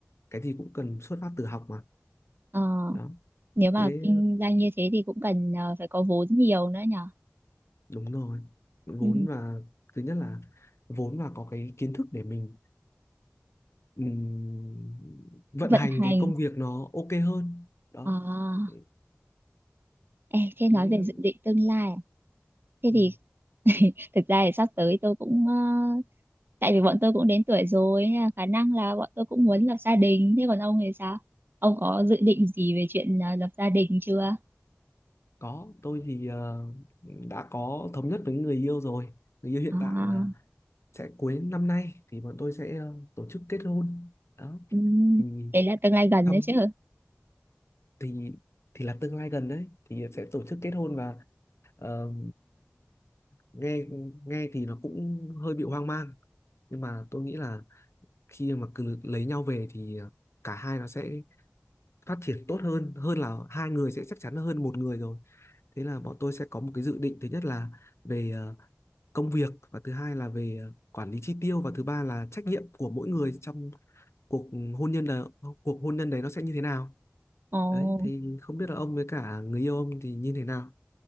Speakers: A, on the left; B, on the right.
A: cái gì cũng cần xuất phát từ học mà
B: Ờ,
A: đó
B: nếu mà
A: thế
B: kinh doanh như thế thì cũng cần ờ, phải có vốn nhiều nữa nhở
A: đúng rồi vốn
B: ừ.
A: và thứ nhất là vốn và có cái kiến thức để mình ừm, vận
B: vận
A: hành
B: hành
A: cái công việc nó ok hơn đó
B: à,
A: thế,
B: ê, thế nói
A: thế
B: về dự định tương lai à? thế
A: ừ.
B: thì thực ra thì sắp tới tôi cũng ờ, tại vì bọn tôi cũng đến tuổi rồi nên là khả năng là bọn tôi cũng muốn lập gia đình thế còn ông thì sao ông có dự định gì về chuyện à, lập gia đình chưa
A: có tôi thì ờ, đã có thống nhất với người yêu rồi người yêu hiện
B: À,
A: tại là sẽ cuối năm nay thì bọn tôi sẽ ờ, tổ chức kết hôn đó
B: ừm,
A: thì
B: Đấy là tương lai gần
A: xong
B: đấy chứ.
A: thì thì là tương lai gần đấy thì sẽ tổ chức kết hôn và ờ, nghe nghe thì nó cũng hơi bị hoang mang nhưng mà tôi nghĩ là khi mà cứ lấy nhau về thì ờ, cả hai nó sẽ phát triển tốt hơn hơn là hai người sẽ chắc chắn hơn một người rồi thế là bọn tôi sẽ có một cái dự định thứ nhất là về ờ, công việc và thứ hai là về ờ, quản lý chi tiêu và thứ ba là trách nhiệm của mỗi người trong cuộc hôn nhân là cuộc hôn nhân đấy nó sẽ như thế nào
B: Ồ,
A: đấy thì không biết là ông với cả người yêu ông thì như thế nào